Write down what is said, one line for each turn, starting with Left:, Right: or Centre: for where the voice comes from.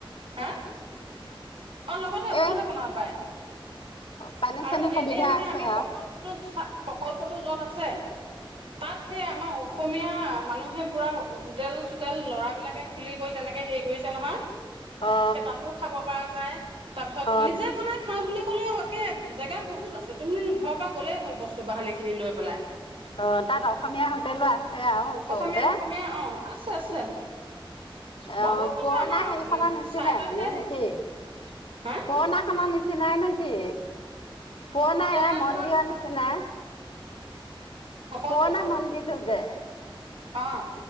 Right: হা অ লগতে ওচৰতে
Left: এ
Right: বনাব পাৰে
Left: পানী
Right: আৰু
Left: চানী সুবিধা
Right: এনেই মানে
Left: আছে
Right: আমি
Left: আৰু
Right: প্ৰকল্পটো প্ৰকল্পটো যত আছে তাত সেই আমাৰ অসমীয়া মানুহে পুআ হোটেল হোটেল ল'ৰা বিলাকে খুলি কৰি তেনেকে হেৰি কৰি নহয়।
Left: অ
Right: তাতো খাব পৰা যায়, তাৰপিছত
Left: অ অ
Right: নিজে বনাই খাওঁ বুলি কও একে জেগা বহুত আছে তুমি ঘৰৰ পৰা গ'লেই হ'ল বস্তু বাহান এই খিনি লৈ পেলাই।
Left: অ তাত অসমীয়া হোটেলো আছে আৰু ওচৰতে!
Right: অসমীয়া অসমীয়া অ আছে আছে।
Left: অ
Right: বৰদোৱাখনতো
Left: পুৰণা
Right: আমাৰ
Left: হেৰি প নিচিনা!
Right: চাইডতহে
Left: নাই এনে
Right: হা
Left: পুৰণাাম <unintelligible> ইমান নিচি নাই নে কি? পোৱা নাই
Right: পুৰণাখনত
Left: এ মন্দিৰ আনিছে না।
Right: প্ৰকল্পটো
Left: পুৰণা মন্দিৰটো যে!
Right: অ।